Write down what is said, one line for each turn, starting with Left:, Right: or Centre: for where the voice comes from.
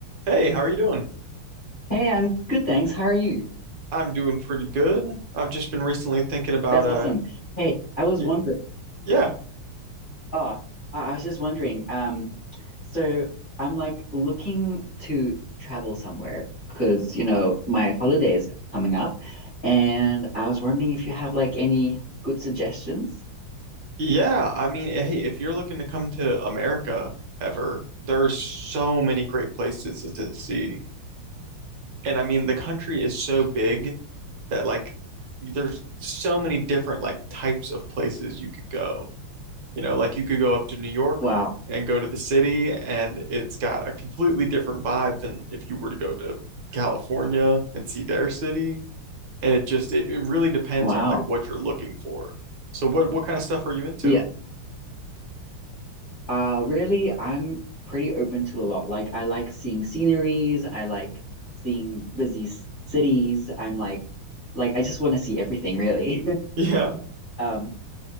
Right: Hey, how are you doing?
Left: Hey, I'm good, thanks. How are you?
Right: I'm doing pretty good. I've just been recently thinking about
Left: That's
Right: uh
Left: awesome. Hey, I was
Right: y
Left: wondering.
Right: yeah.
Left: Oh, I I was just wondering. Um, so I'm like looking to travel somewhere because you know my holiday is coming up, and I was wondering if you have like any good suggestions.
Right: Yeah, I mean, hey, if you're looking to come to America ever, there's so many great places to see. And I mean, the country is so big that like there's so many different like types of places you could go. You know, like you could go up to New York
Left: Wow,
Right: and go to the city and it's got a completely different vibe than if you were to go to California and see their city. and it just it, it really depends
Left: wow.
Right: on like what you're looking for. So what what kind of stuff are you into?
Left: Yeah. Uh, really, I'm pretty open to a lot. Like, I like seeing sceneries. I like seeing busy c- cities. I'm like, like I just want to see everything, really. <laughs>
Right: <laughs> Yeah.
Left: Um,